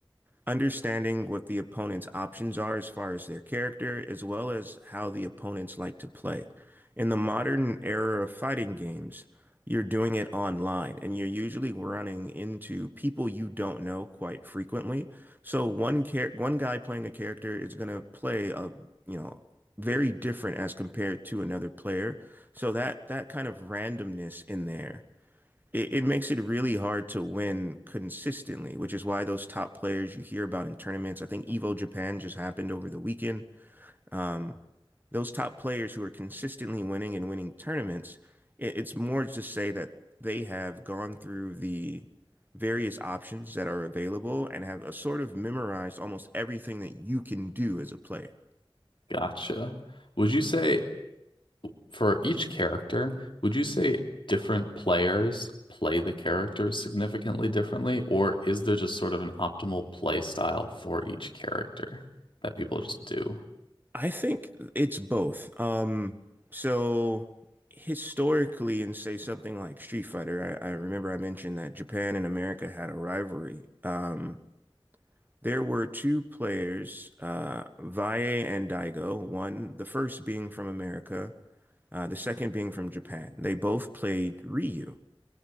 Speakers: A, on the right; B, on the left.
A: understanding what the opponent's options are as far as their character, as well as how the opponents like to play. In the modern era of fighting games, you're doing it online and you're usually running into people you don't know quite frequently. So one char- one guy playing a character is going to play a, you know, very different as compared to another player. So that that kind of randomness in there it, it makes it really hard to win consistently, which is why those top players you hear about in tournaments, I think Evo Japan just happened over the weekend. Um, those top players who are consistently winning and winning tournaments, it, it's more to say that they have gone through the various options that are available and have a sort of memorized almost everything that you can do as a player.
B: Gotcha. Would you say for each character, would you say different players play the characters significantly differently, or is there just sort of an optimal play style for each character that people just do?
A: I think it's both. Um, so historically, in say something like Street Fighter, I, I remember I mentioned that Japan and America had a rivalry. Um, there were two players, uh, Valle and Daigo. One, the first being from America, uh, the second being from Japan. They both played Ryu,